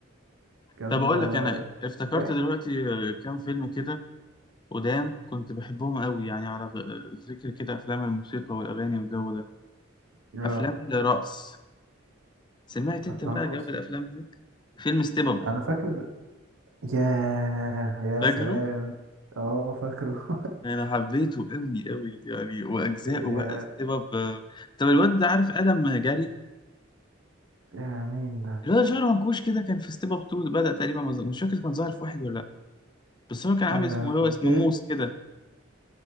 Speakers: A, on the right; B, on the left.
A: كان
B: طب اقول
A: آه،
B: لك انا افتكرت
A: ضحك
B: دلوقتي آه، كام فيلم كده قدام كنت بحبهم قوي يعني على غ- ذكر كده افلام الموسيقى والاغاني والجو ده
A: يا
B: افلام الرقص سمعت انت
A: أفلام
B: بقى
A: رقص
B: جو الافلام دي فيلم ستيب اب
A: أنا فاكر ياه يا
B: فاكره
A: سلام اه فاكره
B: انا حبيته قوي قوي يعني واجزائه
A: <laughs> يا
B: بقى ستيب اب طب الواد ده عارف ادم جاري
A: آه مين ده؟
B: الواد شعره منكوش كده كان في ستيب اب 2 بدأ تقريبا مز- مش فاكر كان ظاهر في واحد ولا لا بس هو كان عامل
A: آه
B: اسمه هو
A: اوكي
B: اسمه موس كده